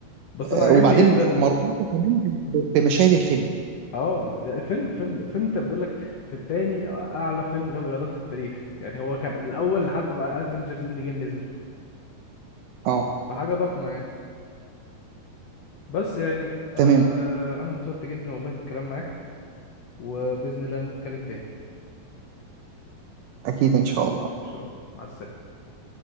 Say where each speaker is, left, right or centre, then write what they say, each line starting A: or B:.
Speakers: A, on the left; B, on the right.
A: بس أنا
B: آه،
A: عاجبني
B: وبعدين
A: جدا
B: مربوطه كمان ب- ب- بمشاهد الفيلم
A: اه الفيلم الفيلم الفيلم انت بقول لك في التاني اعلى فيلم جاب ايرادات في التاريخ يعني هو كان الاول لحد ما افنجرز اند جيم نزل
B: اه
A: فحاجه ضخمه يعني بس يعني آه
B: تمام
A: انا انبسطت جدا والله في الكلام معاك وباذن الله نتكلم تاني
B: اكيد ان شاء الله
A: ان شاء الله مع السلامه